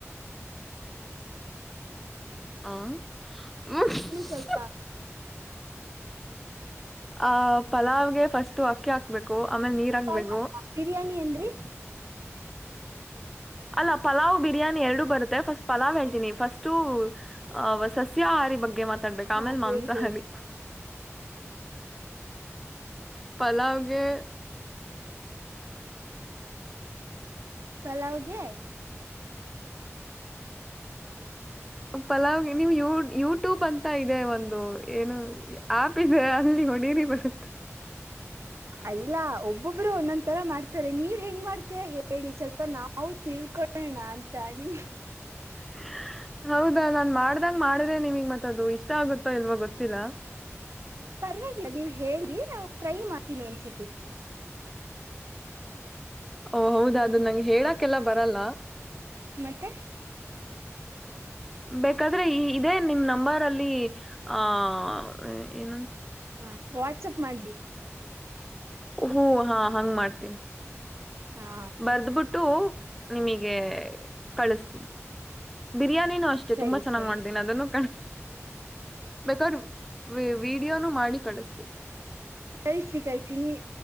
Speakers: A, on the right; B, in the centre.
A: <unintelligible> ಹಾ
B: ಹ್ಮ <unintelligible>
A: ಸ್ವಲ್ಪ
B: ಆ ಪಲಾವ್ಗೆ ಫಸ್ಟ್ ಅಕ್ಕಿ ಹಾಕ್ಬೇಕು ಆಮೇಲೆ ನೀರ್ ಹಾಕ್ಬೇಕು
A: ಪಲಾವ್ ಬಿರಿಯಾನಿ ಅಂದ್ರಿ
B: ಅಲ್ಲ ಪಲಾವ್ ಬಿರಿಯಾನಿ ಎರಡು ಬರುತ್ತೆ ಫಸ್ಟ್ ಪಲಾವ್ ಹೇಳ್ತೀನಿ ಫಸ್ಟು ಅಹ್ ಸಸ್ಯ ಸಸ್ಯಾಹಾರಿ ಬಗ್ಗೆ ಮಾತಾಡ್ಬೇಕ
A: ಹಾ
B: ಆಮೇಲ್ ಮಾಂಸಾಹಾರಿ
A: ಹೇಳಿ ಹೇಳಿ
B: ಪಲಾವ್ಗೆ
A: ಪಲಾವಗೆ
B: ಪಲಾವ್ ನೀವು್ ಯ ಯೂಟ್ಯೂಬ್ ಅಂತ ಇದೆ ಒಂದು ಏನು ಆಪ್ ಇದೆ ಅಲ್ಲಿ ಹೊಡಿರಿ ಬರುತ್ತೆ
A: ಅಲ್ಲ ಒಬ್ಬೊಬ್ರು ಒಂದೊಂದ್ ತರ ಮಾಡ್ತಾರೆ ನೀವ್ ಹೆಂಗ್ ಮಾಡ್ತೀರ ಹೇಳಿ ಸ್ವಲ್ಪ ನಾ ಹ ತಿಳ್ಕೊೊಳ್ಳೋಣ ಅಂತ ನಿಮ
B: ಹ್ಮ <unintelligible> ಹೌದಾ ನಾನ್ ಮಾಡ್ದಂಗ ಮಾಡ್ರೆ ನಿಮಗ್ ಮತ್ತ ಅದು ಇಷ್ಟ ಆಗುತ್ತೋ ಇಲ್ವ ಗೊತ್ತಿಲ್ಲ
A: ಪರವಾಗಿಲ್ಲ ನೀವ್ ಹೇಳಿ ನಾವು ಟ್ರೈ ಮಾಡ್ತೀನಿ ಒಂದ್ಸತಿ
B: ಓ ಹೌದ ಅದು ನಂಗೆ ಹೇಳಕಲ್ಲ ಬರಲ್ಲ
A: ಮತ್ತೆ
B: ಬೇಕಾದ್ರೆ ಈ ಇದೇ ನಿಮ್ ನಂಬರ್ ಅಲ್ಲಿ ಆಹ ಏನ
A: ಹಾ ವಾಟ್ಸಪ್ ಮಾಡಿ
B: ಹೂ ಹಾ ಹಂಗ ಮಾಡ್ತೀನಿ
A: ಹಾ
B: ಬರ್ದಬಿಟ್ಟು ನಿಮಗೆ ಕಳಸ್ತೀನಿ ಬಿರಿಾನಿನೂ ಅಷ್ಟೇ
A: ಸರಿ
B: ತುಂಬಾ ಚೆನ್ನ್
A: ಸರಿ
B: ಮಾಡೀಿನಿ ಅದನ್ನು ಕಾಣ ಬೇಕಾದ್ರೆ ವಿಡಿಯೋನು ಮಾಡಿ ಕಳಿಸತೀನಿ
A: ಕಳ್ಸಿಸಿ ಕಳ್ಸಿ ನೀ